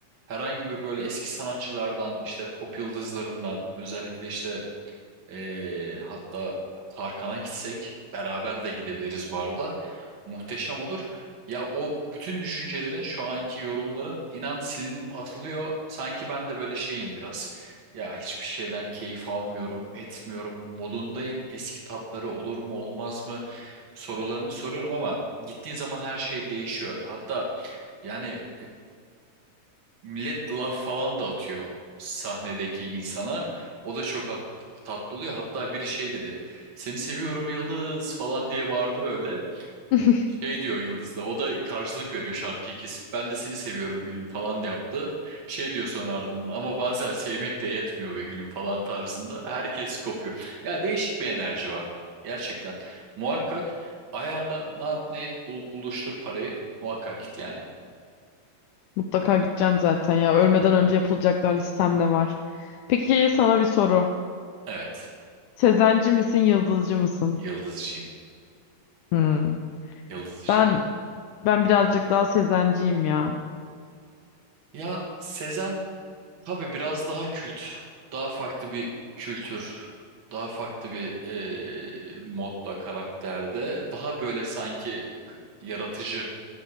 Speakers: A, on the right (about 35°); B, on the left (about 80°).
A: Herhangi bir böyle eski sanatçılardan, işte pop yıldızlarından, özellikle işte ee, hatta Tarkan'a gitsek beraber de gidebiliriz bu arada. Muhteşem olur. Ya o bütün düşüncelerin şu anki yorumların inan silinip atılıyor. Sanki ben de böyle şeyim biraz. Ya hiçbir şeyden keyif almıyorum, etmiyorum, modundayım. Eski tatları olur mu olmaz mı sorularını soruyorum ama gittiğin zaman her şey değişiyor. Hatta yani Millet laf falan da atıyor sahnedeki insana. O da çok hat- tatlı oluyor. Hatta biri şey dedi. Seni seviyorum Yıldız falan diye bağırdı böyle.
B: <laughs>
A: Şey diyor Yıldız da. O da karşılık veriyor şarkıyı kesip. Ben de seni seviyorum gülüm falan yaptı. Şey diyor sonra ardından. Ama bazen sevmek de yetmiyor be gülüm falan tarzında. Herkes kopuyor. Ya değişik bir enerji var. Gerçekten. Muhakkak ayarla ne yap ne et bul- buluştur parayı. Muhakkak git yani.
B: Mutlaka gideceğim zaten ya. Ölmeden önce yapılacaklar listemde var. Peki sana bir soru.
A: Evet.
B: Sezenci misin, yıldızcı mısın?
A: Yıldızcığım.
B: Hmm.
A: Yıldızcığım.
B: Ben ben birazcık daha sezenciyim ya.
A: Ya Sezen tabii biraz daha kült, daha farklı bir kültür, daha farklı bir eee modda, karakterde, daha böyle sanki k- yaratıcı